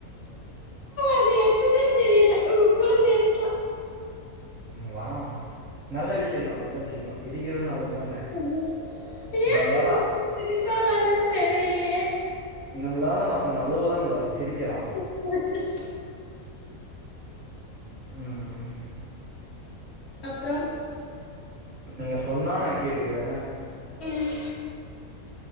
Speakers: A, on the left (about 60°); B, on the right (about 55°).
A: அது என்னனே தெரில உங்க கூட பேசுனா
B: வா நல்ல விஷய தா நல்ல விஷய தா சிரிக்கிறது நல்லது தான
A: உ எய
B: நம்மளால
A: உங்களுக்கு சிரிப்பா வர்த்ன்னு தெரிலயே
B: நம்மளால மத்தவங்க அழுவதா கூடாது சிரிக்கலா
A: <inaudible>
B: ம்
A: அப்பறம்
B: நீங்க சொன்னா நா கேட்டுக்ற
A: ம்